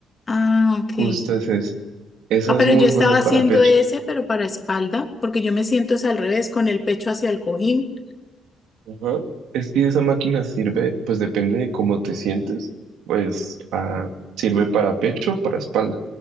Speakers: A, on the left; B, on the right.
A: Ah, ok.
B: justo es esa. Esa
A: Ah, pero
B: es muy
A: yo estaba
B: buena
A: haciendo
B: para pecho.
A: ese, pero para espalda, porque yo me siento es al revés, con el pecho hacia el cojín.
B: Ajá. Es que esa máquina sirve, pues depende de cómo te sientes, pues ah, sirve para pecho o para espalda.